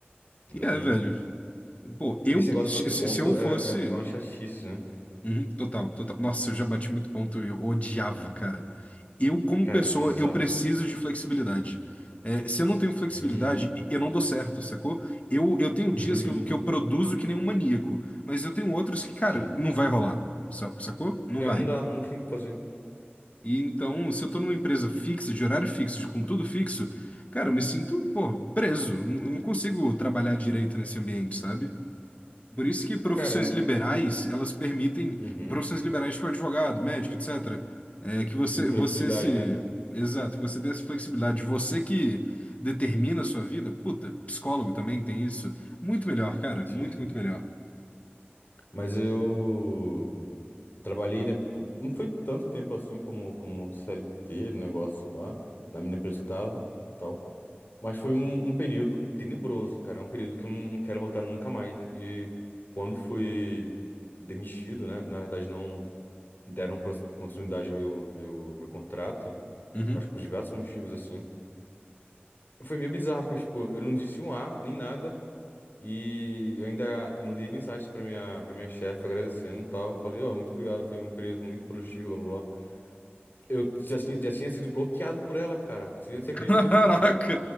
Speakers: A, on the left; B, on the left.
A: Exatamente.
B: E é, velho. Pô, eu,
A: E esse negócio
B: se,
A: de bater
B: se
A: ponto
B: se eu fosse.
A: é, é, é uma chatice, né?
B: Uhum, total, total. Nossa, eu já bati muito ponto, eu odiava, cara. eu, como
A: Cara,
B: pessoa,
A: é bizarro.
B: eu preciso de flexibilidade. É, se eu não tenho flexibilidade,
A: Hum,
B: eu não dou certo, sacou? Eu, eu tenho
A: não
B: dias
A: duvido.
B: que eu, que eu produzo que nem um maníaco, mas eu tenho outros que, cara,
A: Sim.
B: não vai rolar, sa- sacou? Não
A: É,
B: vai.
A: não dá, não tem o que fazer.
B: E então, se eu tô numa empresa fixa, de horário fixo, de com tudo fixo, cara, eu me sinto, pô, preso. Eu não consigo trabalhar direito nesse ambiente, sabe? Por isso que profissões
A: Cara, em-
B: liberais, elas permitem,
A: uhum.
B: profissões liberais tipo advogado, médico, etcétera é, que você,
A: Sim, com
B: você
A: flexibilidade,
B: se,
A: né?
B: exato, você tem essa flexibilidade, você que determina a sua vida, puta, psicólogo também tem isso, muito melhor, cara,
A: Sim.
B: muito, muito melhor.
A: Mas eu trabalhei, né? por- Não foi tanto tempo assim como, como CLT, negócio lá, na minha empresa que eu tava e tal. Mas foi um, um período tenebroso, cara. É um período que eu não quero voltar nunca mais. E quando fui demitido, né? Na verdade, não. deram pros- continuidade ao meu, meu, meu contrato,
B: Uhum.
A: acho que por diversos motivos, assim. Foi meio bizarro, porque, tipo, eu não disse um A, nem nada, e eu ainda mandei mensagem pra minha, pra minha chefe agradecendo e tal. Falei, ó, muito obrigado, foi um período muito produtivo, blá, blá, blá. Eu já tinha, já tinha sido bloqueado por ela, cara. Você, você
B: <laughs>
A: acredita nisso?
B: Caraca!
A: que, Tipo,